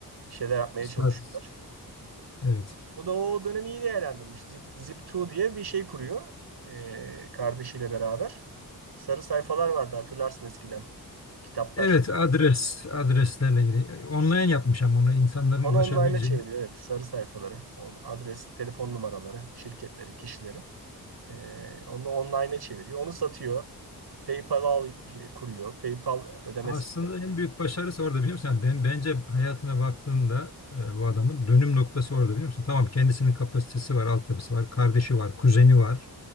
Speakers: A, on the right; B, on the left.
A: bir şeyler yapmaya
B: Sat.
A: çalışıyorlar.
B: Evet.
A: Bu da o dönemi iyi değerlendirmiş. Zip, Zip2 diye bir şey kuruyor e, kardeşiyle beraber. Sarı sayfalar vardı hatırlarsın eskiden kitaplar.
B: Evet adres adreslerle ilgili. Online yapmış ama ona insanların
A: Onu
B: ulaşabileceği.
A: online'a çeviriyor evet sarı sayfaları, on- adres, telefon numaraları, şirketlerin, kişilerin. Ee, onu online'a çeviriyor. Onu satıyor. PayPal al, şey, kuruyor. PayPal ödeme
B: Aslında
A: sistemi.
B: en büyük başarısı orada biliyor musun? Yani ben bence hayatına baktığında e, bu adamın dönüm noktası orada biliyor musun? Tamam kendisinin kapasitesi var, altyapısı var, kardeşi var, kuzeni var.